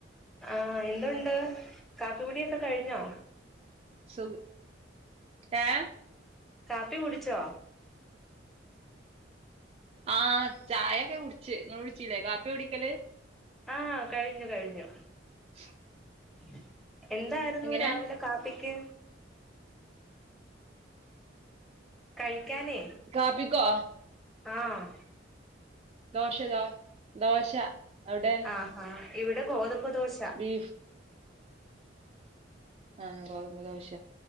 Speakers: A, in the centre; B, on the right.
A: ആഹ് എന്തുണ്ട്? കാപ്പികുടിയൊക്കെ കഴിഞ്ഞോ?
B: സുഖ ഏ?
A: കാപ്പി കുടിച്ചോ?
B: ആഹ് ചായൊക്കെ കുടിച്ച് ഇങ്ങള് കുടിച്ചീലേ കാപ്പിയാ കുടിക്കല്?
A: ആഹ് കഴിഞ്ഞു കഴിഞ്ഞു
B: <unintelligible>
A: <inaudible> എന്തായിരുന്നു
B: എങ്ങനെ
A: രാവിലെ കാപ്പിക്ക്? കഴിക്കാനേ
B: കാപ്പിക്കോ
A: ആഹ്
B: ദോശ ദോ ദോശ അവിടെ
A: ആഹ് ഹാ ഇവിടെ ഗോതമ്പ് ഗോതമ്പുദോശ
B: ബീഫ് ആഹ് ഗോ ഗോതമ്പു ദോശ